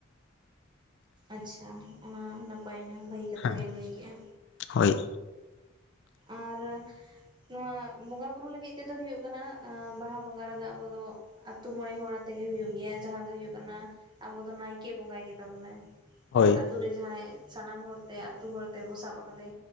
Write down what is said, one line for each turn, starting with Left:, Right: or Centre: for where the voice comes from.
Right: ᱟᱪᱪᱷᱟ ᱚᱱᱟ ᱱᱟᱯᱟᱭᱮᱱᱟ ᱵᱷᱟᱹᱜᱤ ᱠᱟᱛᱷᱟᱜᱮᱢ
Left: ᱦᱮᱸ
Right: ᱞᱟᱹᱭ ᱠᱮᱜᱼᱟ
Left: ᱦᱳᱭ
Right: ᱟᱨᱻ ᱱᱚᱣᱟ ᱵᱚᱸᱜᱟ ᱵᱩᱨᱩ ᱞᱟᱹᱜᱤᱜ ᱛᱮᱫᱚ ᱦᱩᱭᱩᱜ ᱠᱟᱱᱟ ᱵᱟᱦᱟ ᱵᱚᱸᱜᱟ ᱨᱮᱫᱚ ᱟᱵᱚ ᱫᱚ ᱟᱛᱩ ᱢᱚᱬᱮ ᱦᱚᱲ ᱟᱛᱮ ᱜᱮ ᱦᱩᱭᱩᱜ ᱜᱮᱭᱟ ᱡᱟᱦᱟᱸ ᱫᱚ ᱦᱩᱭᱩᱜ ᱠᱟᱱᱟ ᱟᱵᱚ ᱫᱚ ᱱᱟᱭᱠᱮ ᱵᱚᱸᱜᱟᱭ ᱜᱮᱛᱟ ᱵᱚᱱᱟᱭ
Left: ᱦᱳᱭ
Right: ᱟᱛᱩ ᱨᱮ ᱡᱟᱦᱟᱸᱭ ᱥᱟᱱᱟᱢ ᱦᱚᱲ ᱛᱮ ᱟᱛᱩ ᱦᱚᱲ ᱛᱮᱵᱚ ᱥᱟᱵ ᱟᱠᱟᱫᱮ